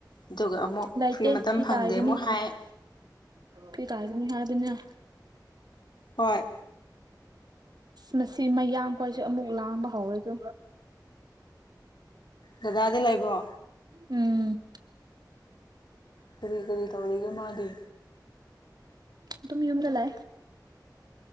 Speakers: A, on the left; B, on the right.
A: ꯑꯗꯨꯒ ꯑꯃꯨꯛ
B: ꯂꯩꯇꯦ
A: ꯐ꯭ꯔꯤ ꯃꯇꯝ
B: ꯐꯤ
A: ꯐꯪꯗꯦ
B: ꯇꯥꯒꯅꯤ
A: ꯑꯃꯨꯛ ꯍꯥꯏ
B: ꯐꯤ ꯇꯥꯒꯅꯤ ꯍꯥꯏꯕꯅ
A: ꯍꯣꯏ
B: ꯃꯁꯤ ꯃꯌꯥꯡ ꯀꯣꯏꯁꯦ ꯑꯃꯨꯛ ꯂꯥꯡꯕ ꯍꯧꯔꯦ ꯑꯗꯨ
A: ꯗꯗꯥꯗꯤ ꯂꯩꯕ꯭ꯔꯣ
B: ꯎꯝ
A: ꯀꯔꯤ ꯀꯔꯤ ꯇꯧꯔꯤꯒꯦ ꯃꯥꯗꯤ
B: ꯇꯝ ꯌꯨꯝꯒ ꯂ